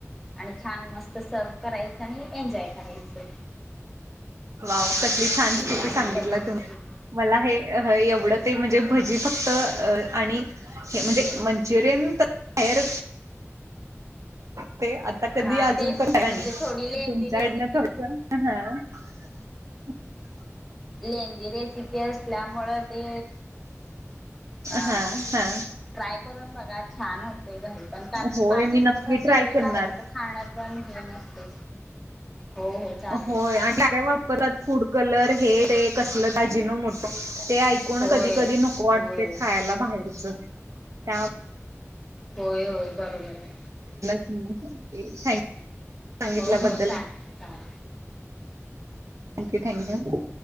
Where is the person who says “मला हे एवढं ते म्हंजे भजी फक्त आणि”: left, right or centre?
Right